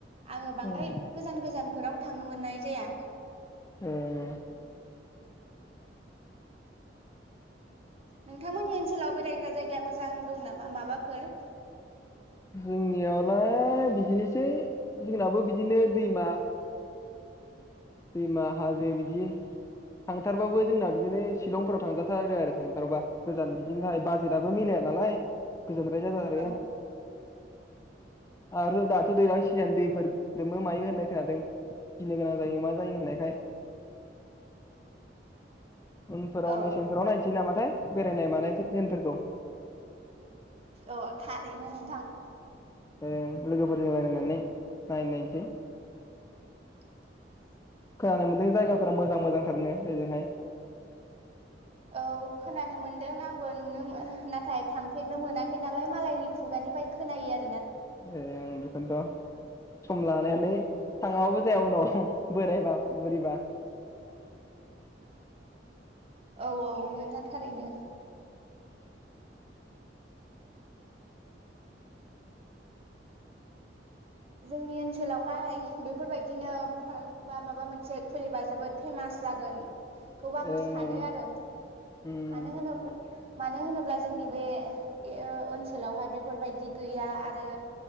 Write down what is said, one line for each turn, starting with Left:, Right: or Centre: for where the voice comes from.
Right: आङो बांद्राय
Left: ओं
Right: गोजान गोजानफोराव थांनो मोननाय जाया।
Left: ओं ओं
Right: नोंथांमोननि ओनसोलाव बेरायग्रा जायगाया मोजां दं नामा माबाफोर?
Left: जोंनियावलाय बिदिनोसै जोंनाबो बिदिनो दैमा दैमा हाजो बिदि थांथारबाबो जोंना बिदिनो शिलंफोराव थांजाथारो आरो थांथारबा गोजान बिदिनो थाखाय बाजेटआबो मिलाया नालाय। गोजानद्राय जाथारो
Right: औ
Left: आरो दाथ' दैलां सिजेन दैफोर लोमो मायो होननाय खोनादों गिनो गोनां जायो मा जायो होननायखाय। उनफोराव
Right: औ
Left: मेसेंफोराव नायनसै नामाथाय बेरायनाय मानाय फोर दिनफोरखौ।
Right: अ थारैनो नोंथां।
Left: ओं लोगोफोरजों रायलायनानै नाय-नायनसै
Right: <inaudible>
Left: खोनानो मोनदों जायगाफोरा मोजां मोजांथारनो ओजोंहाय।
Right: औ खोनानो मोनदों आंबो नुनो ओ नाथाय थांफेरनो मोनाखै नालाय मालायनि खुगानिफ्राय खोनायो आ
Left: ए ओं बेखोनथ' सम लानानै थाङाबाबो जाया उनाव बोरायबा बुरिबा
Right: औ औ नों थां थारैनो जोंनि ओनसोलावहाय बेफोरबायदिनो पार्क बा माबा मोनसे खुलिबा जोबोद फेमास जागोन खौबो आं
Left: ओं
Right: सानो
Left: ओं
Right: आरो
Left: उम
Right: मानो होनोब्ला मानो होनोब्ला जोंनि बे ए ओ ओनसोलावहाय बेफोरबायदि गैया आरो